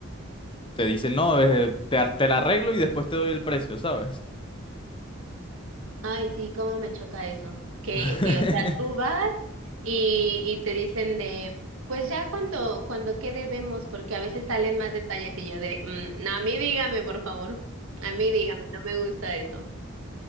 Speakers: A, on the left; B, on the right.
A: te dice, no, eh, te, ar- te la arreglo y después te doy el precio, ¿sabes?
B: Ay, sí, cómo me choca eso. Que,
A: <laughs>
B: que, o sea, tú vas y, y te dicen de, pues ya cuando, cuando quede vemos, porque a veces salen más detalles y yo de, "Mm, no, a mí dígame, por favor. A mí dígame, no me gusta eso.